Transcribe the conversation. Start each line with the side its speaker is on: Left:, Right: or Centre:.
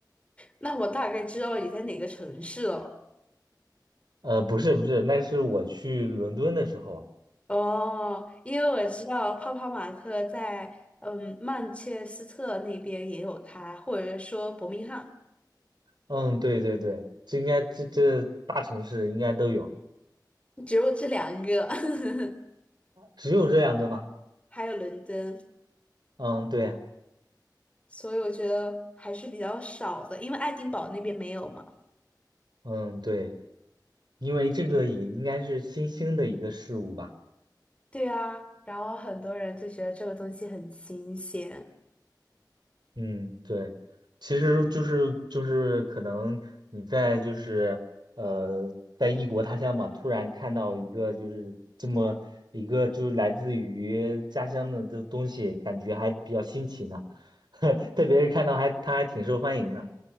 Left: 那我大概知道你在哪个城市了。
Right: 呃，不是不是，那是我去伦敦的时候。
Left: 哦，因为我知道泡泡玛特在嗯曼彻斯特那边也有开，或者说伯明翰，
Right: 嗯，对对对，这应该这这大城市应该都有，
Left: 只有这两个，<laughs>
Right: 只有这两个吧？
Left: 还有伦敦，
Right: 嗯，对呀，
Left: 所以我觉得还是比较少的，因为爱丁堡那边没有嘛。
Right: 嗯对，因为这个也应该是新兴的一个事物吧。
Left: 对啊，然后很多人就觉得这个东西很新鲜。
Right: 嗯，对，其实就是就是可能你在就是呃在异国他乡嘛，突然看到一个就是这么一个就是来自于家乡的这东西，感觉还比较新奇呢，<laughs> 特别是看到还他还挺受欢迎的。